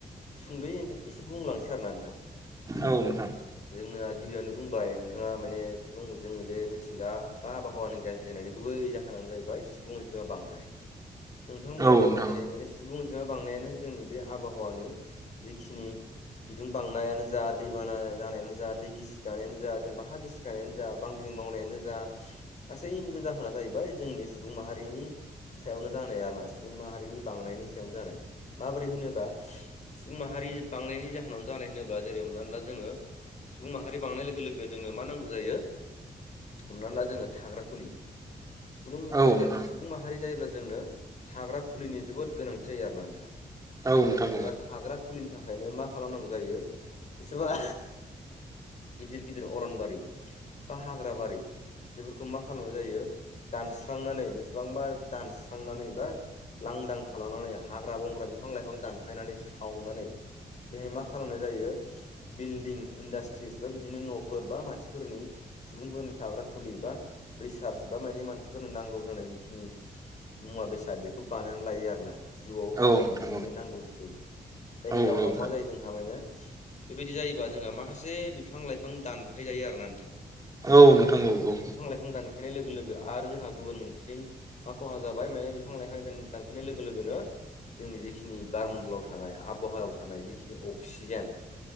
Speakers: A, on the left; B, on the right.
A: सुंद' एने-एसे बुंलांसै आरो ना नोंथां।
B: औ नोंथां
A: जोंना गिबियावनो बुंबाय नोंथाङा माने सुबुं जोंनि बे मिथिंगा बा आबहावानि गाज्रि जानायनि गुबै जाहोनानो जाहै बाय सुबुं अनजिमा बांनाय
B: <inaudible>
A: नोंथां बुंनाय
B: औ
A: लेखा
B: नोंथां
A: जेरै माने सुबुं अनजिमा बांनायानो जोंनि बे आबहावानि जिखिनि बिदुं बांनायानो जा दैबाना जानायानो जा दै गिसि जानायानो जेनेबा हा गिसिखानायानो जा बांग्रिं मावनायानो जा गासैनिबो जाहोना जाहैबाय जोंनि सुबुं माहारिनि सायावनो जानाय आरो ना सुबुं माहारिनि बांनायनि सायावनो जानाय माबोरै होनोब्ला सुबुं माहारि बांनायनि जाहोनावनो जानाय होनोब्ला जेरै हमनानै ला जोङो सुबुं मा माहारि बांनाय लोगो लोगो जोंनो मा नांगौ जायो हमना ला जोंङो थाग्रा खुलि सुब्रुं ओमफ्राय
B: औ
A: जेनेबा
B: नोंथां
A: सुबुं सुबुं माहारि जायोब्ला जोंनो थाग्रा खुलिनि जोबोद गोनांथि जायो आरोना नोंथाङा।
B: औ नोंथां
A: जेनेबा
B: औ नोंथां
A: थाग्रा खुलिनि थाखायनो मा खालामनांगौ जायो एसेबां गिदिर गिदिर अरनबारि बा हाग्रा बारि बेफोरखौ मा खालामनाय जायो दानस्रांनानै बेसेबांबा दानस्रांनानै बा लांदां खालामनानै हाग्रा बंग्रा बिफां लाइफां दानफायनानै सावनानै बेहाय मा खालामनाय जायो बिल्डिं इन्डास्ट्रि फोर बिदिनो न'फोर बा मानसिफोरनि सुबुंफोरनि थाग्रा खुलि बा रिसार्च बा माने मानसिफोरनो नांगौ जानाय जिखिनि मुवा बेसाद बेखौ बानायनानै लायो आरो ना जिउआव बाहायनाय
B: औ नोंथां
A: माने नांगौ बुस्थु जायनि
B: औ औ
A: जाहोनाव
B: औ
A: मा जायो जोंहा माने बेबायदि जायोबा जोंहा माखासे बिफां लाइफां दानफाय जायो आरोना नोंथां।
B: औ नोंथां औ औ
A: बिफां लाइफां दानफायनाय लोगो लोगो आरो जोंहा गुबुन मोनसेथिं मा खहा जाबाय माने बिफां लाइफां दान दानफायनाय लोगो लोगोनो जोंनि जिखिनि बारमन्डलाव थानाय आबहावायाव थानाय जिखिनि अक्सिजेन